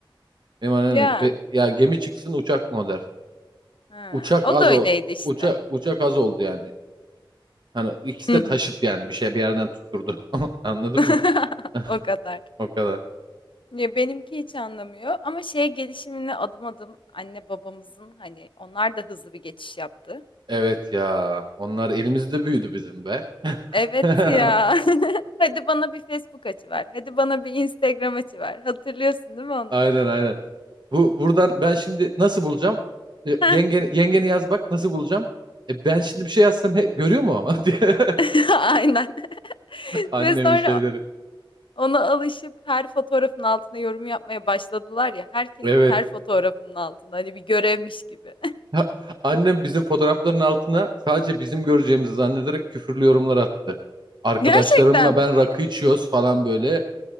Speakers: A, on the right; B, on the left.
A: Benim anneannem
B: Ya
A: de- be- ya gemi çıksın uçak mı o der.
B: ha,
A: Uçak
B: o
A: az
B: da
A: o.
B: öyleydi işte.
A: Uça, uçak az oldu yani. Hani ikisi
B: Hı
A: de
B: hı.
A: taşıt yani bir şey bir yerden tutturdu. <laughs> Anladın
B: <laughs>
A: mı? <laughs>
B: O kadar.
A: O kadar.
B: Ya benimki hiç anlamıyor ama şey gelişimine adım adım anne babamızın hani onlar da hızlı bir geçiş yaptı.
A: Evet ya. Onlar elimizde büyüdü bizim be.
B: Evet
A: <laughs>
B: ya. <laughs> Hadi bana bir Facebook açıver. Hadi bana bir Instagram açıver. Hatırlıyorsun değil mi onları?
A: Aynen aynen. Bu buradan ben şimdi nasıl bulacağım? E,
B: Heh.
A: Yengeni, yengeni yaz bak nasıl bulacağım? E, ben şimdi bir şey yazsam he- görüyor mu? <laughs> diye.
B: <laughs> Aynen. <laughs>
A: Annemin
B: Ve sonra
A: şeyleri.
B: ona alışıp her fotoğrafın altına yorum yapmaya başladılar ya. Herkesin
A: Evet.
B: her fotoğrafının altına hani bir görevmiş gibi.
A: Ha, Annem bizim fotoğrafların altına sadece bizim göreceğimizi zannederek küfürlü yorumlar attı. Arkadaşlarımla
B: <laughs> Gerçekten mi?
A: ben rakı içiyoruz falan böyle.